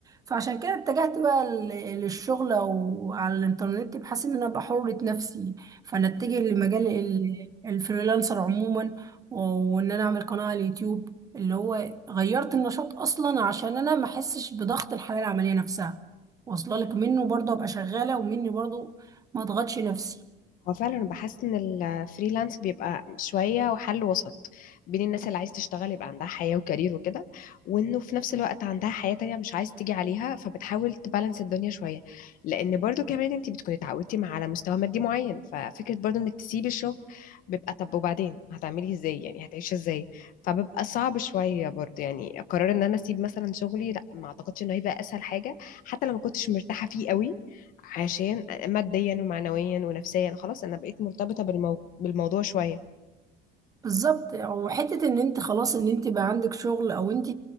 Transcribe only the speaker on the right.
فعشان كده اتجهت بقى ل- للشغل او على الانترنت بحيث ان انا ابقى حرة نفسي فانا اتجه لمجال ال- الفريلانسر عموما و- وان انا اعمل قناة على اليوتيوب اللي هو غيرت النشاط اصلا عشان انا ما احسش بضغط الحياة العملية نفسها واصله لك منه برضه ابقى شغالة ومني برضه ما اضغطش نفسي
بالظبط وحته ان انت خلاص ان انت بقى عندك شغل او انت